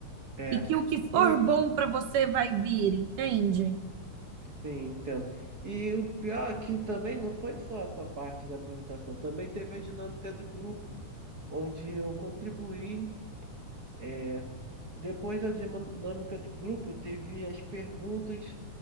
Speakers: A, on the right; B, on the right.
A: é.
B: E que o que for
A: E
B: bom para você vai vir, entende?
A: Sim, entendo. E o pior aqui também não foi só essa parte da apresentação, também teve a dinâmica do grupo, onde eu contribuí. é. Depois da dinâmica do grupo, teve as perguntas